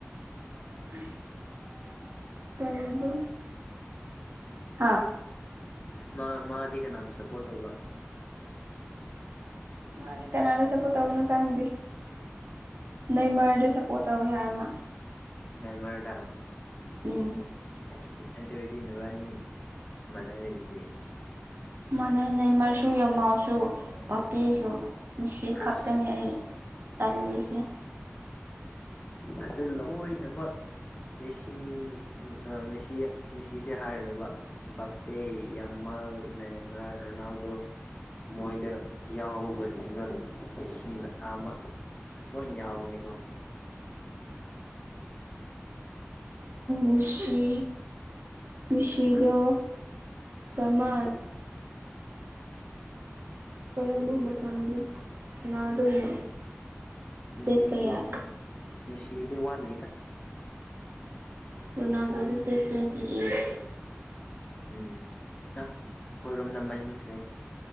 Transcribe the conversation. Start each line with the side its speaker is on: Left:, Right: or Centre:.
Right: <inaudible> ꯀꯔꯤꯕ ꯑꯥ
Left: ꯃꯥ ꯃꯥꯗꯤ ꯀꯅꯥꯕꯨ ꯁꯄꯣꯔꯠ ꯇꯧꯕ
Right: ꯃꯥꯅꯦ ꯀꯅꯥꯗ ꯁꯞꯄꯣꯔꯠ ꯇꯧꯅꯣ ꯀꯪꯗꯦ ꯅꯩ ꯃꯔꯗꯤ ꯁꯞꯄꯣꯔꯠ ꯇꯧ ꯍꯥꯏꯃ
Left: ꯅꯩꯃꯔꯗ
Right: ꯎꯝ
Left: ꯁ ꯑꯗꯨ ꯑꯣꯏꯔꯗꯤ ꯅꯨꯕꯥꯅꯤ ꯃꯥꯟꯅꯔꯦꯗꯨꯗꯤ
Right: ꯃꯅꯦ ꯅꯦꯃꯔꯁꯨ ꯌꯥꯝꯃꯜꯁꯨ ꯄꯥꯄꯤꯁꯨ ꯃꯤꯁꯤ
Left: ꯍꯩꯁ
Right: ꯈꯛꯇꯅꯤ ꯑꯩ ꯇꯜꯂꯤꯁꯦ
Left: ꯑꯗꯨ ꯂꯣꯏꯅꯃꯛ ꯃꯦꯁꯤ ꯒꯥ ꯃꯦꯁꯤ ꯃꯦꯁꯤꯁꯦ ꯍꯥꯏ <unintelligible> ꯕꯥꯞꯄꯦ ꯌꯥꯝꯃꯜ ꯅꯦꯃ ꯔꯣꯅꯥꯜꯗꯣ ꯃꯣꯏꯗ ꯌꯥꯎꯕ ꯒꯨꯟꯁꯤꯡꯗꯣꯟ ꯃꯦꯁꯤ ꯃꯁꯥ ꯑꯃ <unintelligible> ꯌꯥꯎꯕꯅꯦꯒꯣ
Right: ꯃꯤꯁꯤ ꯃꯤꯁꯤꯗꯣ ꯀꯔꯃ ꯀꯔꯝꯕ ꯃꯇꯝꯗ ꯁꯥꯟꯅꯗꯣꯏꯅꯣ
Left: ꯃꯦꯁꯤꯗꯤ
Right: ꯗꯦꯠ ꯀꯌꯥꯗ
Left: ꯃꯤꯁꯤꯗꯤ ꯋꯥꯠꯂꯤꯗ
Right: ꯔꯣꯅꯥꯜꯗꯣꯗꯤ ꯗꯦꯠ ꯇ꯭ꯋꯦꯟꯇꯤ ꯑꯩꯠ
Left: ꯎꯝ ꯑ ꯍꯣꯏꯔꯣꯝꯗ ꯃꯩ ꯃꯨꯠꯈ꯭ꯔꯦ